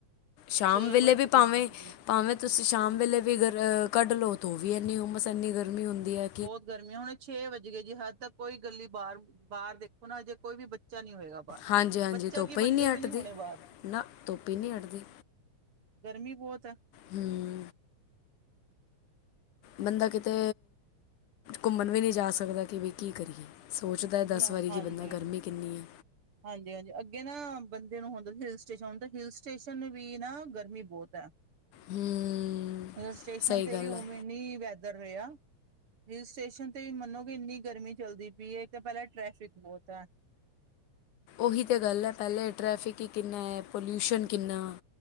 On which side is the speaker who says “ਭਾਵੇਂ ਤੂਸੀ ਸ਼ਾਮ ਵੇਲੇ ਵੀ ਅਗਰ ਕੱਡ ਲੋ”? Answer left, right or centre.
Left